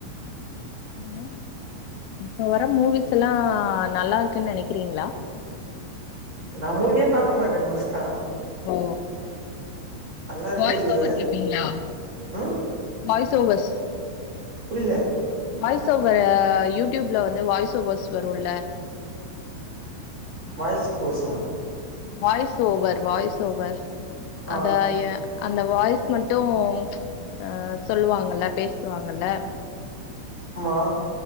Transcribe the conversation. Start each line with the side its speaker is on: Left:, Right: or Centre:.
Left: மூவிஸ் இப்ப வர மூவிஸ்லா நல்லா இருக்கு நென ரிங்கிளா
Right: நா மூவியே பாக்க மாட்ட மோஸ்டா
Left: ஓ
Right: நல்லாருக்கு
Left: வாய்ஸ்
Right: இல்லயோ
Left: ஓவர் கேப்பீங்களா
Right: உம்
Left: வாய்ஸ் ஓவஸ்
Right: புரியில
Left: வாய்ஸ் ஓவ ஆ யூடியூப்ல வந்து வாய்ஸ் ஓவர்ஸ் வரும்ல
Right: வாய்ஸ் கோஸா
Left: வாய்ஸ் ஓவர் வாய்ஸ் ஓவர்
Right: ஆ
Left: அத ஏன் அந்த வாய்ஸ் மட்டும் அஹ சொல்லுவாங்கல்ல பேசுவாங்கல்ல
Right: ம்மா